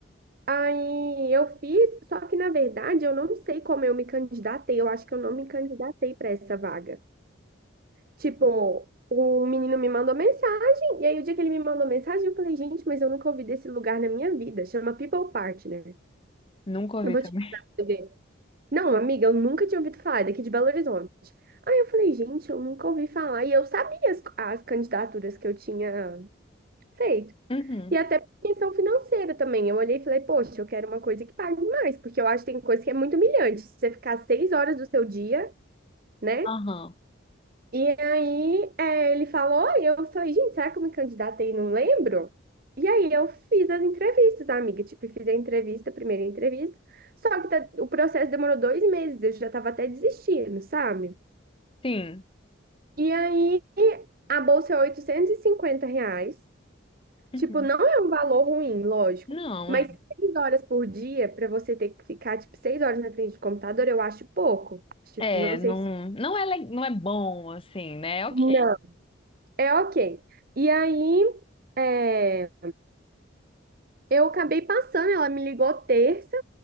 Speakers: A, on the right; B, on the left.
A: aí eu fiz, só que na verdade eu não sei como eu me candidatei, eu acho que eu não me candidatei pra essa vaga. Tipo, o menino me mandou mensagem, e aí o dia que ele me mandou mensagem, eu falei, gente, mas eu nunca ouvi desse lugar na minha vida. Chama People Partner.
B: nunca ouvi
A: Eu vou
B: também.
A: te mandar pra você ver. Não, amiga, eu nunca tinha ouvido falar, é daqui de Belo Horizonte. Aí eu falei, gente, eu nunca ouvi falar. E eu sabia as, as candidaturas que eu tinha feito.
B: Uhum.
A: E até por questão financeira também. Eu olhei e falei, poxa, eu quero uma coisa que pague mais, porque eu acho que tem coisa que é muito humilhante. Você ficar seis horas do seu dia, né?
B: Aham.
A: E aí, é, ele falou, e eu falei, gente, será que eu me candidatei e não lembro? E aí eu fiz as entrevistas, amiga. Tipo, fiz a entrevista, a primeira entrevista. Só que tá- o processo demorou dois meses, eu já tava até desistindo, sabe?
B: Sim.
A: E aí a bolsa é 850 reais.
B: Uhum.
A: Tipo, não é um valor ruim, lógico.
B: Não,
A: Mas
B: é.
A: seis horas por dia, pra você ter que ficar, tipo, seis horas na frente do computador, eu acho pouco. Tipo,
B: É,
A: não
B: não,
A: sei se.
B: não é, le- não é bom, assim, né? Ok.
A: Não. É ok. E aí. é Eu acabei passando, ela me ligou terça.